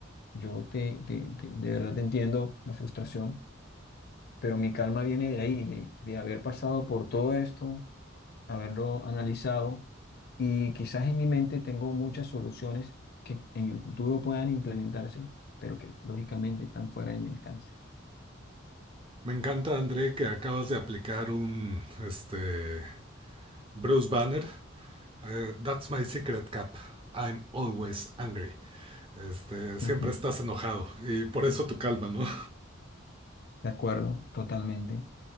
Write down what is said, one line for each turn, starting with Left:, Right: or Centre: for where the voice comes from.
Left: yo te, te- te- de verdad te entiendo la frustración, pero mi calma viene de ahí, de, de haber pasado por todo esto, haberlo analizado y quizás en mi mente tengo muchas soluciones que en el futuro puedan implementarse, pero que lógicamente están fuera de mi alcance.
Right: Me encanta, André, que acabas de aplicar un, este, Bruce Banner. Eh, that's my secret cap. I'm always angry. Este, siempre
Left: Ujú,
Right: estás enojado y por eso tu calma, ¿no?
Left: De acuerdo, totalmente.